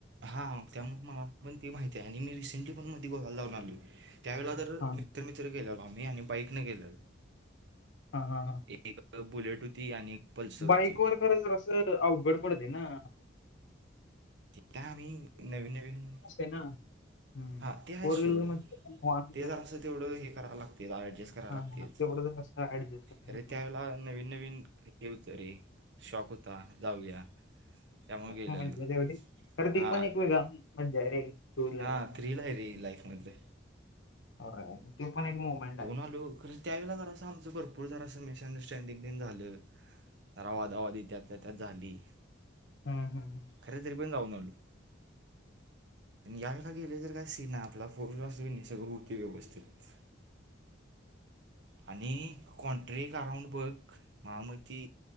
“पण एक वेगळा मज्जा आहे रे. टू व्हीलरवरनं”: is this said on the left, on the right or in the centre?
Left